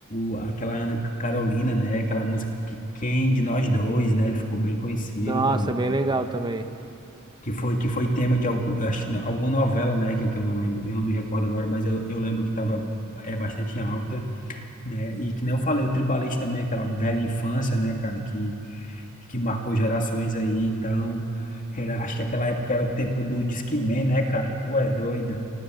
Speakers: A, on the left; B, on the right.
A: o, aquela Ana Carolina, né? Aquela música que, Quem de Nós Dois, né? Que ficou bem conhecida
B: Nossa,
A: também.
B: bem legal também.
A: Que foi, que foi tema de algum, eu acho, alguma novela, né? Que, eu que eu não lembro, eu não me recordo agora, mas eu, eu lembro que estava é, bastante em alta, né? E que nem eu falei, o Tribalista também, aquela velha infância, né, cara? Que que marcou gerações aí, então, era- acho que aquela época era o tempo do Disque Man, né, cara? Tu é doido.